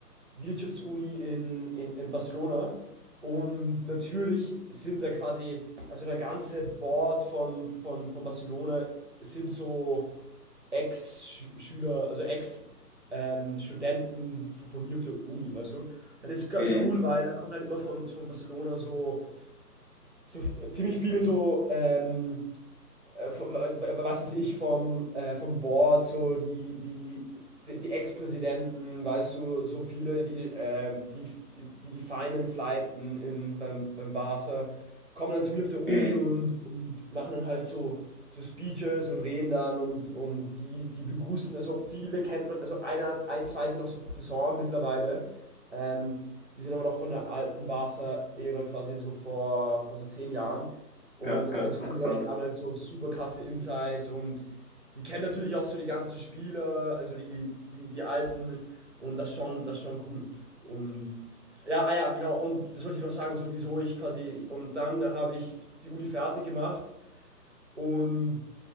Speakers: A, on the right; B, on the left.
A: Wirtschaftsuni in, in, in Barcelona und natürlich sind da quasi, also der ganze Board von, von, von Barcelona sind so Ex-Schüler, also Ex- ähm, Studenten von, von mir auf der Uni, weißt du? Und das ist ganz
B: Mhm.
A: cool, weil da kommen halt immer von, von Barcelona so so f- ziemlich viele so ähm, äh, von, äh, was weiß ich, vom, äh, vom Board, so die, die, die, die Ex-Präsidenten, weißt du, so viele, die äh, die, die, die die Finance leiten in, beim, beim Barca, kommen dann zu mir auf der Uni
B: Mhm.
A: und, und machen dann halt so, so Speeches und reden dann und, und die, die begrüßen, also viele kennt man, also einer, ein, zwei sind auch so Professoren mittlerweile, ähm, die sind aber noch von der alten Barca-Ära quasi so vor, vor so zehn Jahren. Und
B: Ja,
A: das
B: ja,
A: ist ganz
B: interessant.
A: cool, weil die haben halt so super krasse Insights und die kennen natürlich auch so die ganzen Spieler, also die, die, die Alten und das ist schon, das ist schon cool. Und ja, ah ja, genau, und das wollte ich noch sagen, so wieso ich quasi, und dann habe ich die Uni fertig gemacht und